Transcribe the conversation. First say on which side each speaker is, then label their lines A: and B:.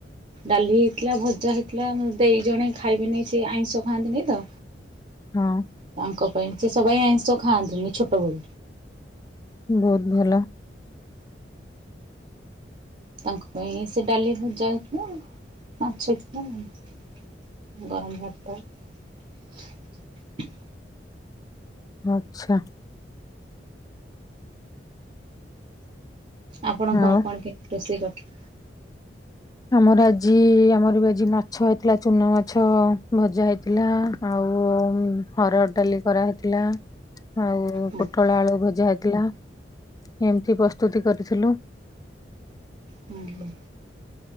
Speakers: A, on the right; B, on the left.
A: ଡାଲି ହେଇଥିଲା ଭଜା ହେଇଥିଲା, ଦେଇ ଜଣେ ଖାଇବେନି ସେ ଆଇଁଷ ଖାଆନ୍ତିନି ତ।
B: ହଁ।
A: ତାଙ୍କ ପାଇଁ ସେ ସବାଇ ଆଇଁଷ ଖାଆନ୍ତିନି ଛୋଟବେଳୁ।
B: ବୋହୁତ ଭଲ।
A: ତାଙ୍କ ପାଇଁ ସେ ଡାଲି ଭଜା ହେଇଥିଲା, ମାଛ ହେଇଥିଲା ଆଉ। ଗରମ ହୋଉଚିତ।
B: ଆଚ୍ଛା।
A: ଆପଣଙ୍କ
B: ଆଉ
A: କଣ କି ରୋଷେଇ କରିଥି
B: ଆମର ଆଜି ଆମର ବି ଆଜି ମାଛ ହେଇଥିଲା ଚୁନା ମାଛ ଭଜା ହେଇଥିଲା ଆଉ। ଆଉ ହର ଡାଲି କରାହେଇଥିଲା ଆଉ
A: ହଁ
B: ପୋଟଳ ଆଳୁ ଭଜା ହେ ଥିଲା ଏମିତି ପ୍ରସ୍ତୁତି କରିଥିଲୁ।
A: ହୁଁ।